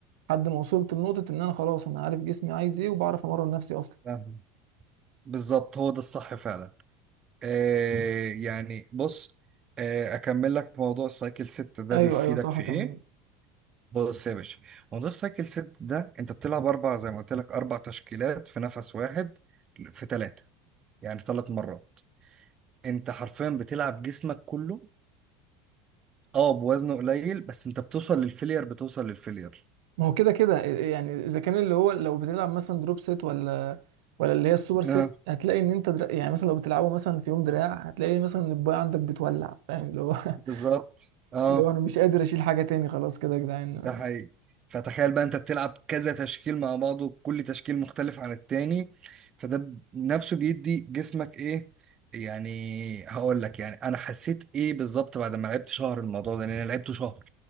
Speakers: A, on the right; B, on the right.
A: لحد ما وصلت لنقطة إن أنا خلاص أنا عارف جسمي عايز إيه وبعرف أمرن نفسي أصلا
B: فاهم؟ بالظبط هو ده الصح فعلا آه يعني بص آه اكمل لك موضوع السايكل ست ده
A: أيوه
B: بيفيدك
A: أيوه صح
B: في
A: كان
B: ايه بص يا باشا موضوع السايكل ست ده انت بتلعب اربع زي ما قلت لك اربع تشكيلات في نفس واحد في ثلاثه يعني ثلاث مرات انت حرفيا بتلعب جسمك كله اه بوزنه قليل بس انت بتوصل للفيلير بتوصل للفيلير
A: ما هو كده كده يعني إذا كان اللي هو لو بتلعب مثلا دروب سيت ولا ولا اللي هي السوبر سيت
B: اه
A: هتلاقي إن أنت در... يعني مثلا لو بتلعبه مثلا في يوم دراع هتلاقي مثلا إن الباي عندك بتولع فاهم اللي هو <laughs>
B: بالظبط اه
A: اللي هو أنا مش قادر أشيل حاجة تاني خلاص كده يا جدعان
B: ده حقيقي فتخيل بقى انت بتلعب كذا تشكيل مع بعضه كل تشكيل مختلف عن التاني فده ب- نفسه بيدي جسمك ايه يعني هقول لك يعني انا حسيت ايه بالظبط بعد ما لعبت شهر الموضوع ده لان انا لعبته شهر